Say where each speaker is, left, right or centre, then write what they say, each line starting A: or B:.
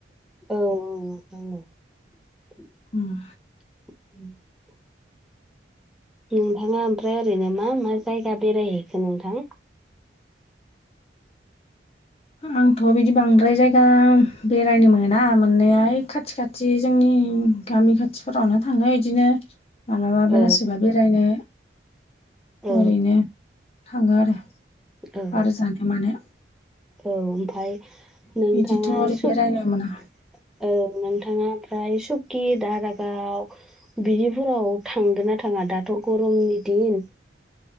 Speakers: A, in the centre; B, on the left.
A: औ औ औ।
B: उम।
A: <inaudible> नोंथाङा ओमफ्राय ओरैनो मा मा जायगा बेरायहैखो नोंथां?
B: आंथ' बिदि बांद्राय जायगा बेरायनो मोना मोननाया खाथि खाथि जोंनि गामि खाथिफोरावनो थाङो इदिनो मालाबा बेलासिबा
A: औ
B: बेरायनो
A: औ
B: ओरैनो थाङो आरो।
A: औ
B: बार जानो मानो
A: औ ओमफाय नोंथाङा
B: बिदिथ' ओरै
A: सब
B: बेरायनो मोना
A: औ नोंथाङा ओमफ्राय सुखि, दारागाव बिफोराव थांगोन ना थाङा दाथ' गरमनि दिन?